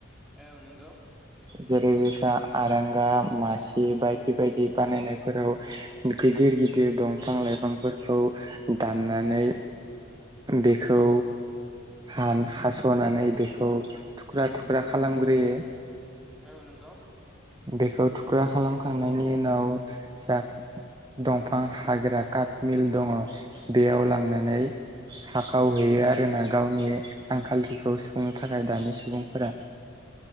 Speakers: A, in the centre; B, on the right.
A: औ नोंगौ
B: जेरैबायसा आरांगा मासि बायदि बायदि बानायनायफोराव गिदिर गिदिर दंफां-लाइफांफोरखौ दाननानै बेखौ
A: औ
B: हान हास'नानै बेखौ थुख्रा थुख्रा खालामग्रोयो
A: औ नोंगौ
B: बेखौ थुख्रा खालामखांनायनि उनाव जा दंफां हाग्रा काटमिल दङ बेयाव लांनानै
A: औ
B: हाखाव हैयो आरोना गावनि आंखालथिखौ सुफुंनो थाखाय दानि सुबुंफोरा